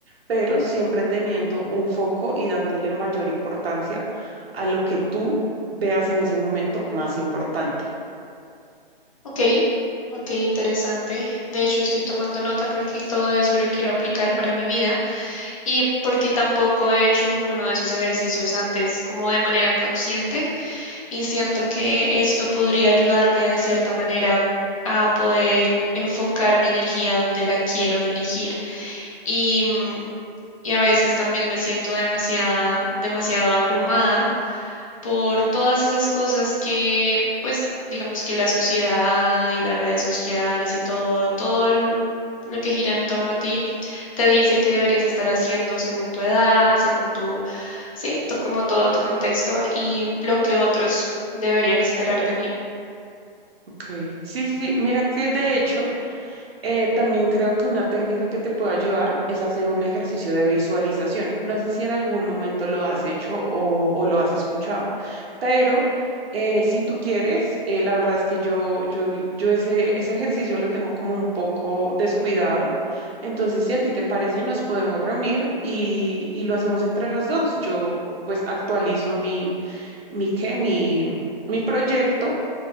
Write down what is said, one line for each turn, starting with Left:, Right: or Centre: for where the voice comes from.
Right: pero siempre teniendo un foco y dándole mayor importancia a lo que tú veas en ese momento más importante.
Left: Ok, ok, interesante. De hecho, estoy tomando nota porque todo eso lo quiero aplicar para mi vida y porque tampoco he hecho ninguno de esos ejercicios antes como de manera consciente y siento que esto podría ayudarme de cierta manera a poder enfocar mi energía donde la quiero dirigir y, mm, y a veces también me siento demasiada, demasiado abrumada por todas esas cosas que, pues, digamos que la sociedad y las redes sociales y todo, todo el- lo que gira en torno a ti, te dice que deberías estar haciendo según tu edad, según tu, sí, to- como todo tu contexto y lo que otros deberían esperar de mí.
Right: Ok. Sí, sí, sí. Mira que de hecho... Eh, también creo que una técnica que te puede ayudar es hacer un ejercicio de visualización. No sé si en algún momento lo has hecho o, o lo has escuchado, pero eh, si tú quieres, eh, la verdad es que yo, yo, yo ese, ese ejercicio lo tengo como un poco descuidado. Entonces, si a ti te parece, nos podemos reunir y, y lo hacemos entre las dos. Yo pues actualizo mi, mi, ¿qué? Mi, mi proyecto